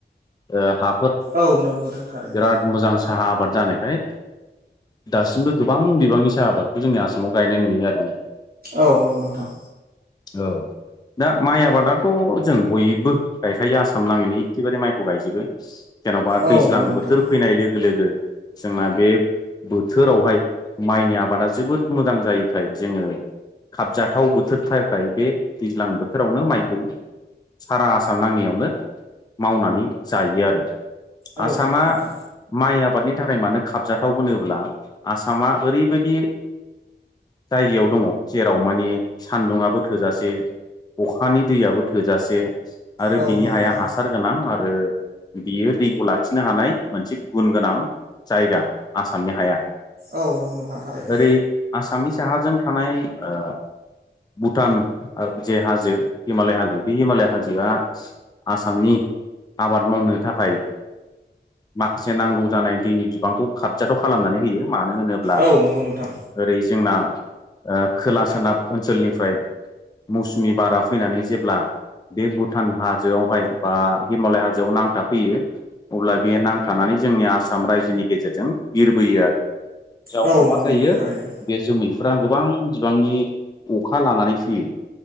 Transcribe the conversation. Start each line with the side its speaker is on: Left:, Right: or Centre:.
Left: ओ हा
Right: औ नंगौ नोंथां। थारैनो
Left: बिराद मोजां साहाब। आबाद जानायखाय दासिमबो गोबां बिबांनि साहा आबादखौ जोंनि आसामाव गायनाय नुयो आरो।
Right: औ नंगौ नोंथां।
Left: औ। दा माइ आबादाथ' जों बयबो गायखायो आसाम नाङैनो एखेबारे माइखौ गायजोबो। जेन'बा
Right: औ
Left: दैज्लां
Right: नंगौ नोंथां
Left: बोथोर फैनाय लोगो लोगो। जोंना बे बोथोरावहाय माइनि आबादा जोबोद मोजां जायैखाय जोङो। खाबजाथाव बोथोर थाखाय बे दैज्लां बोथोरावनो माइखौ। सारा आसाम नाङैयावनो मावनानै जायो आरो।
Right: औ
Left: आसामा
Right: नंगौ नोंथां।
Left: माइ आबादनि थाखाय मानो खाबजाथाव होनोब्ला। आसामा ओरैबायदि। जायगायाव दङ। जेराव माने सान्दुङाबो थोजासे। अखानि दैयाबो थोजासे। आरो
Right: औ
Left: बिनि
Right: नंगौ
Left: हाया
Right: नोंथां
Left: हासार गोनां आरो बियो दैखौ लाखिनो हानाय। मोनसे गुन गोनां जायगा आसामनि हाया।
Right: औ नोंगौ नोथां थारैनो।
Left: ओरै आसामनि साहाजों थानाय ओ। भुटान ओ जे हाजो हिमालय हाजो बे हिमालय हाजोआ आसामनि। आबाद मावनो थाखाय। माखासे नांगौ जानाय दैनि बिबांखौ खाबजाथाव खालामनानै होयो। मानो होनोब्ला
Right: औ नंगौ नोंथां
Left: ओरै जोंना। ओ खोला सोनाब ओनसोलनिफ्राय मौसुमि बारा फैनानै जेब्ला। बे भुटान हाजोआवहाय बा हिमालय हाजोआव नांथाफैयो अब्ला। बे नांथानानै जोंनि आसाम रायजोनि गेजेरजों बिरबोयो आरो। जाउनाव
Right: औ
Left: मा
Right: नंगौ
Left: जायो
Right: नोंथां थारैनो
Left: बे जोमै फोरा गोबां बिबांनि अखा लानानै फैयो।